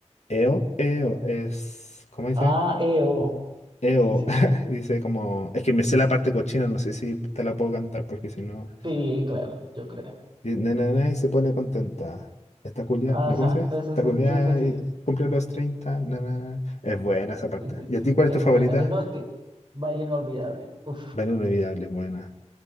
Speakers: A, on the left (about 70°); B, on the right (about 40°).
A: EO, EO es, ¿cómo dice?
B: Ah, EO.
A: EO,
B: Sí, sí,
A: <laughs>
B: sí.
A: dice como, es que me sé la parte cochina, no sé si te la puedo cantar, porque si no,
B: Sí, claro, yo creo.
A: y, na, na, na, y se pone contenta. Esta culia,
B: Ajá,
A: ¿no cómo dice?
B: sí, sí,
A: Esta
B: sí,
A: culia
B: sí, sí, sí,
A: y cumple los 30, na, na, na. Es buena esa parte.
B: sí, sí, sí.
A: ¿Y a ti cuál
B: Es
A: es tu favorita?
B: buena. Eh, no, es que baile inolvidable. Uf,
A: Vale, inolvidable, es buena.